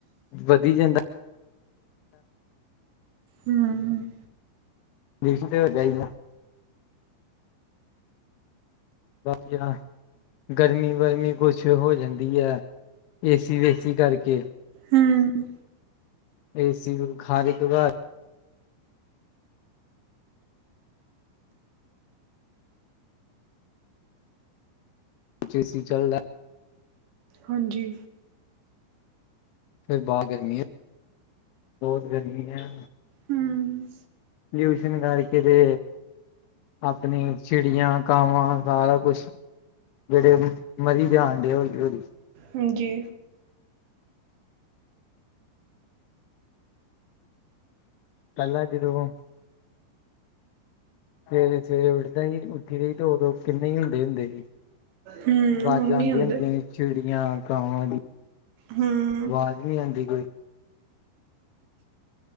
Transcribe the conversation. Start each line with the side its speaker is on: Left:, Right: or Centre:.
Left: ਵਧੀ ਜਾਂਦਾ
Right: ਹਮ
Left: ਦੇਖ ਤੇ ਹੋ ਜਾਹੀਦਾ। ਬਾਕੀ ਗਰਮੀ ਵਰਮੀ ਕੁਛ ਹੋ ਜਾਂਦੀ ਐ ਏਸੀ ਵੇਸੀ ਕਰਕੇ
Right: ਹਮ
Left: ਏਸੀ ਨੂੰ ਖਾਸ਼ ਕੇ ਬਾਅਦ ਐਸੀ ਚੱਲਦਾ
Right: ਹਾਂਜੀ
Left: ਫਿਰ ਬਾ ਗਰਮੀ ਹੈ ਬਹੁਤ ਗਰਮੀ ਹੈ।
Right: ਹਮ
Left: ਲਊਸ਼ਨ ਕਰਕੇ ਤੇ ਆਪਣੀ ਚਿੜੀਆਂ ਕਾਵਾਂ ਸਾਰਾ ਕੁਛ ਜਿਹੜੇ ਮਰੀ ਜਾਣ ਦੇ ਹੌਲੀ ਹੌਲੀ।
Right: ਹਾਂਜੀ
Left: ਪਹਿਲਾ ਜਦੋਂ ਸਵੇਰੇ ਸਵੇਰੇ ਉਠਦੇ ਹੀ ਉੱਠੀ ਦੇ ਉਦੋਂ ਕਿੰਨੇ ਹੀ ਹੁੰਦੇ ਹੁੰਦੇ ਹੀ।
Right: ਹਮ
Left: ਵਾਜ਼ਾਂ
Right: ਹੁਣ ਨੀ
Left: ਆਉਂਦੀਆਂ
Right: ਆਉਂਦੇ
Left: ਹੁੰਦੀਆਂ ਹੀ ਚਿੜੀਆਂ ਕਾਵਾਂ ਦੀ
Right: ਹਮ
Left: ਆਵਾਜ਼ ਨੀ ਆਉਂਦੀ ਕੋਈ